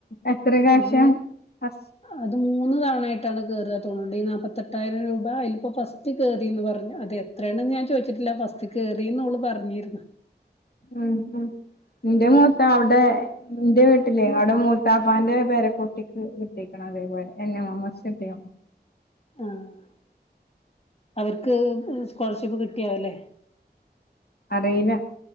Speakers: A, on the left; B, on the left.
A: എത്ര ക്യാഷ
B: അത്ങ്ങനെ
A: ഫസ്
B: അത് മൂന്ന് തവണ ആയിട്ടാണ് കേറ തോന്ന ഈ നാല്പ്പത്തെട്ടായിരം രൂപ അയില് അപ്പൊ ഫസ്റ്റ് കേറിന്ന് പറഞ്ഞു അത് എത്രയാണ് ഞാൻ ചോദിച്ചിട്ടില്ല ഫസ്റ്റ് കേറിന്ന് ഓള് പറഞ്ഞിര്ന്ന്
A: ഉം ഉം ഇന്റെ മൂത്ത അവിടെ ഇന്റെ വീട്ടിലേ അവ്ടെ മൂത്താപ്പാന്റെ പേരക്കുട്ടിക്ക് കിട്ടി അതേ പോലെ എൻ എം എം എസ് കിട്ടിയ
B: ആഹ അവർക്ക് സ്കോളർഷിപ്പ് കിട്ടിയാവ അല്ലേ
A: അറീല